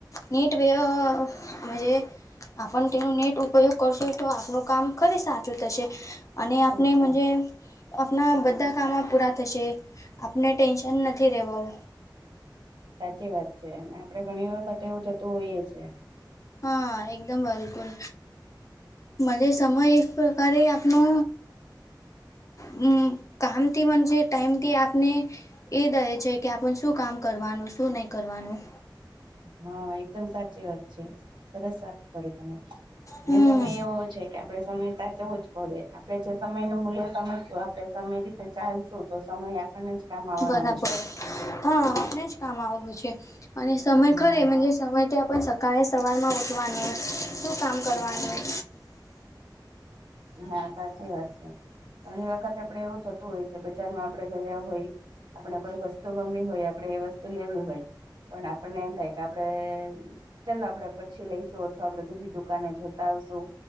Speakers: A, on the left; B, on the right.
A: નીટ વ મજે. આપણ તેનો નેટ ઉપયોગ કરશો તો આપનું કામ ખરે સાચું થશે. અને આપણે
B: સાચી
A: મજે.
B: વાત
A: આપણા બધા કામ પૂરા થશે આપને ટેન્શન નથી રહેવા.
B: સાચી વાત છે એમા. આપડે ઘણી વખત એવું થતું હોઈએ છીએ.
A: હા એકદમ બલકુલ. મજ સમય એક પ્રકારે આપનો. હમ કામથી વજે ટાઈમથી આપને એ દહે છે કે આપણ શું કામ કરવાનું શું નહીં કરવાનું
B: હા એકદમ સાચી વાત. સરસ વાત કરી તમે
A: હમ
B: સમય એવો છે કે આપડે સમય સાચવો જ. પડે આપડે જે સમય નું મૂલ્ય સમજશું આપડે સમય રીતે ચાલશું તો સમય આપણને જ કામ આવવાનો
A: બરાબર
B: છે
A: હા આપમને જ કામ આવવું છે અને સમય
B: હા
A: ખરે સમય. કે આપણ સકાળે સવારમાં ઉઠવાની શું કામ કરવાનું
B: હા સાચી વાત છે ઘણી વખત આપડે એવું થતું હોય છે બજાર માં આપડે ગયા હોય આપણેે કોઈ વસ્તુ ગમવી હોય આપડે એ વસ્તુ લેવી હોય પણ આપણને એમ થાય કે આપડે ચાલ આપડે પછી લઈશું અથવા આપડે બીજી દુકાને જોતા આવશું